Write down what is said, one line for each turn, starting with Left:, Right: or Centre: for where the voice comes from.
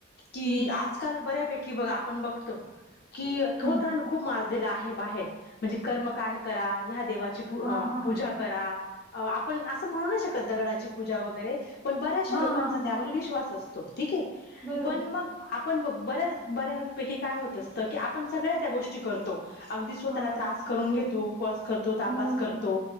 Left: की
Right: हम्म
Left: आजकाल बऱ्यापैकी बगा आपण बघतो की थोथांड
Right: हम्म
Left: खूप माजलेला आहे बाहेर म्हणजे कर्मकांड करा ह्या देवाची पू
Right: हा
Left: अ
Right: हा
Left: पूजा करा अ आपण असं म्हणू शकत दगडाची पूजा वगैरे पण बऱ्याचशा
Right: हा
Left: लोकांचा
Right: हा
Left: त्यावर विश्वास अस ठीक आहे
Right: बरोबर
Left: पण मग आप आपण ब बऱ्याच बऱ्यापैकी काय होत असत की आपण सगळ्या त्या गोष्टी करतो. अगदी स्वतःला
Right: हा
Left: त्रास करून घेतो. उपवास करतो. तापास
Right: बरोबर
Left: करतो.